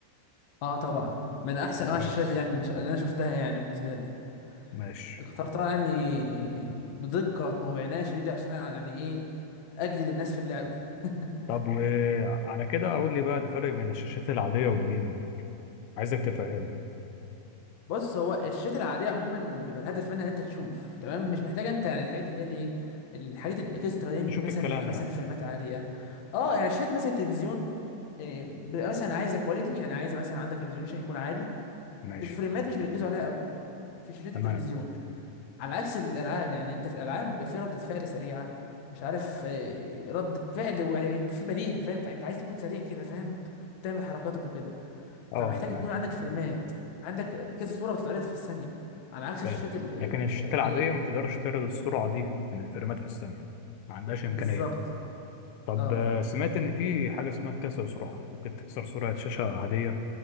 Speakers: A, on the left (about 65°); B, on the left (about 85°).
A: اه طبعا من أحسن أنواع
B: كويس
A: الشاشات يعني اللي أنا شفتها يعني بالنسبة لي
B: ماشي
A: اخترتها يعني بدقة وبعناية شديدة عشان يعني إيه أجلد الناس في اللعب <laughs>
B: طب وعلى كده اقول لي بقى الفرق بين الشاشات العادية والجيمنج عايزك تفهمني
A: بص هو الشتاء العاديه عموما بيبقى الهدف منها ان انت تشوف تمام مش محتاجه انت يعني الحاجات اللي هي الايه الحاجات الاكسترا دي مثلا
B: تشوف الكلام
A: تبقى مثلا
B: يعني
A: فريمات عاليه اه يعني شاشات مثلا التلفزيون آه، بيبقى مثلا عايزه كواليتي يعني عايزه مثلا عندك ريزوليوشن يكون عالي
B: ماشي
A: الفريمات مش بيركزوا عليها قوي في شاشات
B: تمام
A: التلفزيون على عكس الالعاب يعني انت في الالعاب بيبقى في ردة فعل سريعه مش عارف آه، ردة فعل وفي بديهه فاهم فانت عايز تكون سريع كده فاهم تعمل حركاتك وكده
B: اه
A: فمحتاج
B: تمام
A: يكون عندك فريمات عندك كذا صورة بتتعرض في الثانية على عكس
B: فاهم
A: الشاشات ال- ال-
B: لكن الشاشات
A: العادية
B: العادية ما تقدرش تعرض السرعة دي من الفريمات في الثانية ما عندهاش إمكانية
A: بالظبط اه
B: طب
A: اه
B: آه، سمعت ان في حاجه اسمها كسر سرعه ممكن تكسر سرعه شاشه عاديه